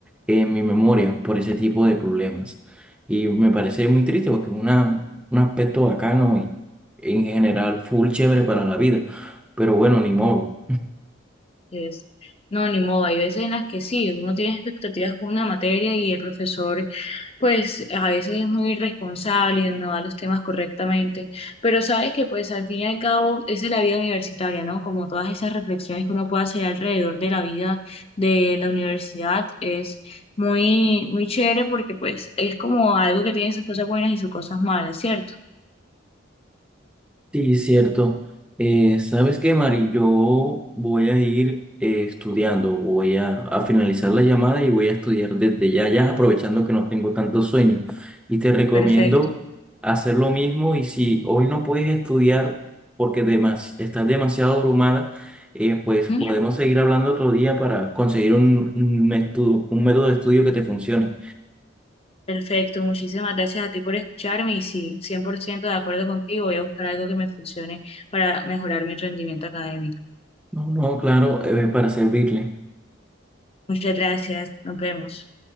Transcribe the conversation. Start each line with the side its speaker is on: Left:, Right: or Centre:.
Centre: en mi memoria por ese tipo de problemas. Y me parece muy triste porque es una, un aspecto bacano y en general full chévere para la vida. Pero bueno, ni modo.
Left: Es, no, ni modo. Hay veces en las que sí, uno tiene expectativas con una materia y el profesor, pues a veces es muy irresponsable y no da los temas correctamente. Pero sabes que pues al fin y al cabo esa es la vida universitaria, ¿no? Como todas esas reflexiones que uno puede hacer alrededor de la vida de la universidad es muy, muy chévere porque pues es como algo que tiene sus cosas buenas y sus cosas malas, ¿cierto?
Centre: Sí, cierto. Eh, ¿sabes qué, Mari? Yo voy a ir eh, estudiando, voy a, a finalizar la llamada y voy a estudiar desde ya, ya aprovechando que no tengo tanto sueño. Y te recomiendo
Left: Perfecto.
Centre: hacer lo mismo y si hoy no puedes estudiar porque demas, estás demasiado abrumada, eh, pues
Left: ¿Mm?
Centre: podemos seguir hablando otro día para conseguir un, un, estu- un método de estudio que te funcione.
Left: Perfecto. Muchísimas gracias a ti por escucharme y sí, 100% de acuerdo contigo. Voy a buscar algo que me funcione para mejorar mi rendimiento académico.
Centre: No, no, claro, eh, para servirle.
Left: Muchas gracias. Nos vemos.